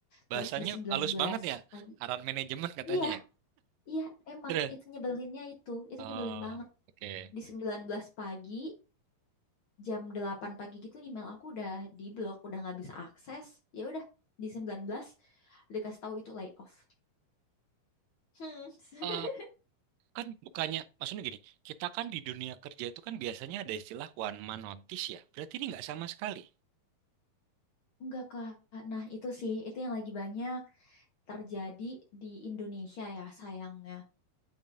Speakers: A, on the right; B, on the left.
A: Bahasanya
B: Terus di sembilan
A: halus
B: belas
A: banget ya,
B: pagi.
A: arahan manajemen katanya
B: Iya,
A: ya.
B: iya emang
A: Terus,
B: itu nyebelinnya itu. Itu
A: oh,
B: nyebelin banget.
A: oke.
B: Di 19 pagi jam 8 pagi gitu email aku udah di blok, udah nggak bisa akses. Ya udah di 19 dikasih tahu itu layoff. Hmm. <laughs>
A: Eh, kan bukannya, maksudnya gini, kita kan di dunia kerja itu kan biasanya ada istilah one man notice ya. Berarti ini nggak sama sekali.
B: Enggak, Kak. Nah, itu sih, itu yang lagi banyak terjadi di Indonesia ya, sayangnya.